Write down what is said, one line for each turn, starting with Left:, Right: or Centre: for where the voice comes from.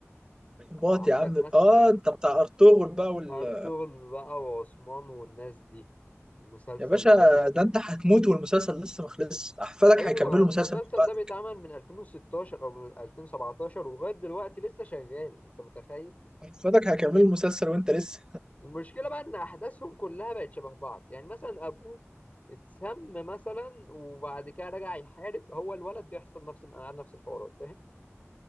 Right: موت
Left: عندك
Right: يا عم
Left: مثلا
Right: اه انت بتاع ارطغرل بقى وال...
Left: ارطغرل بقى وعثمان والناس دي مسلسل
Right: يا باشا
Left: جامد
Right: ده
Left: قوي
Right: انت هتموت والمسلسل لسه ما خلصش احفادك
Left: ايوه
Right: هيكملوا
Left: المسلسل
Right: المسلسل من بعدك
Left: ده بيتعمل من 2016 او من 2017 ولغايه دلوقتي لسه شغال انت متخيل
Right: احفادك هيكملوا المسلسل وانت لسه
Left: المشكلة بقى إن أحداثهم كلها بقت شبه بعض يعني مثلا أبوه اتسم مثلا وبعد كده رجع يحارب هو الولد بيحصل نفس نفس الحوارات فاهم